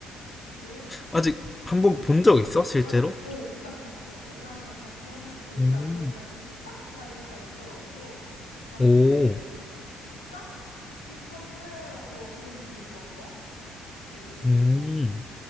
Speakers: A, on the left; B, on the left.
A: 그래.
B: 아직
A: 일,
B: 한
A: 어,
B: 번 본 적 있어? 실제로?
A: 아, 일- 어, 일단 봤어. 일단은 같이 한번 얘기
B: 음.
A: 나누는 식사 자리가 있어가지고 봤는데,
B: 오,
A: 일단 비슷한 또래라서 그거는 되게 좋았고, 그리고
B: 음,